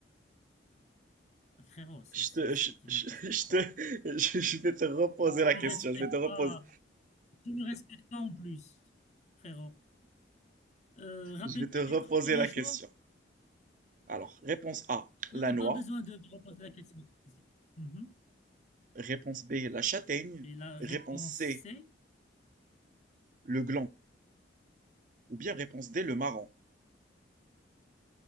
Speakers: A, on the left; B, on the right.
A: Frérot, c'est
B: Je
A: c'est-
B: te,
A: c'est
B: je,
A: du
B: je,
A: n'importe
B: je
A: quoi.
B: te, <laughs> je, je vais te reposer
A: Et tu
B: la
A: ne
B: question.
A: respectes
B: Je vais te reposer,
A: pas, tu ne respectes pas en plus, frérot. Euh, rappelle-moi
B: je vais te reposer
A: du premier
B: la
A: choix.
B: question. Alors, réponse A,
A: Non,
B: la
A: non,
B: noix.
A: pas besoin de, de reposer la question. Mhm.
B: Réponse B, la châtaigne.
A: Et la réponse
B: Réponse C,
A: C?
B: le gland. Ou bien réponse D, le marron.